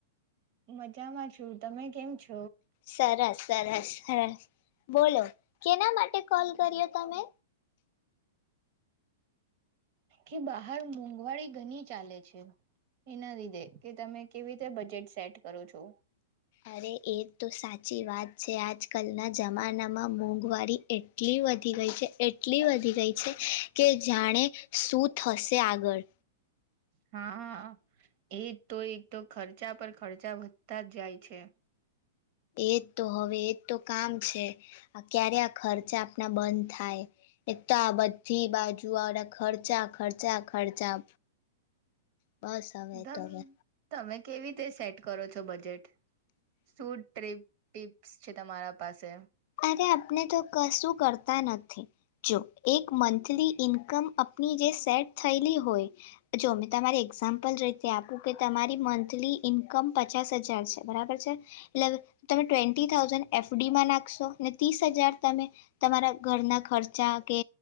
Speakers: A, on the right; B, on the left.
A: મજામાં છું તમે કેમ છો?
B: સરસ. સરસ સરસ બોલો કેના માટે કોલ કર્યો તમે.
A: કે બહાર મોંઘવારી ઘણી ચાલે છે એના લીધે કે તમે કેવી રીતે બજેટ સેટ કરો છો.
B: અરે એ તો સાચી વાત છે આજ કલના જમાનામાં મોંઘવારી એટલી વધી ગઈ છે એટલી વધી ગઈ છે કે જાણે શું થશે આગળ.
A: હા એજ તો એક તો ખર્ચા પર ખર્ચા વધતા જ જાય છે.
B: એજ તો હવે એજ તો કામ છે આ ક્યારે આ ખર્ચા આપણા બંધ થાય એ તો આ બધી બાજુ આવડા ખર્ચા ખર્ચા ખર્ચા. બસ હવે
A: ધમ
B: તો હવે.
A: તમે કેવી રીતે સેટ કરો છો બજેટ શું ટ્રીપ ટીપ્સ છે તમારા પાસે.
B: અરે આપને તો કશું કરતા નથી જો એક મંથલી ઈન્કમ આપની જે સેટ થયેલી હોય જો મેં તમારી એક્ઝામ્પલ રીતે આપું કે તમારી મંથલી ઈન્કમ પચાસ હજાર છે બરાબર છે એટલે તમે ટ્વેન્ટી થાઉઝન્ડ એફડીમાં નાખ નાખશો ને ત્રીસ હજાર તમે તમારા ઘરના ખર્ચા કે